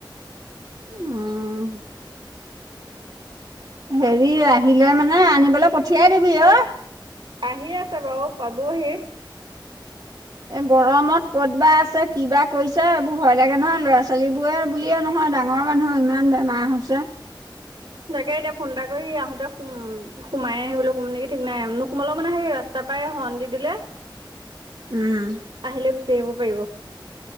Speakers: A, on the right; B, on the right.
A: উ'ম। হেৰি আহিলে মানে আনিবলৈ পঠিয়াই দিবি ঔ।
B: আহি আছে বাৰু পাবহি।
A: এ! গৰমত ক'ত বা আছে, কিবা কৰিছে এইবোৰ ভয় লাগে নহয় ল'ৰা - ছোৱালীবোৰে বুলিয়ে নহয় ডা ঙৰ মানুহো ইমান বেমাৰ হৈছে।
B: তাকে এতিয়া ফোন এটা কৰি আহোতে সোম সোমাই আহিবলৈ নেকি ঠিক নাই নোসোমালোও মানে সেই ৰাস তাৰপৰা হন্দি দিলে।
A: উ'ম।
B: আহিলে গুচি আহিব পাৰিব।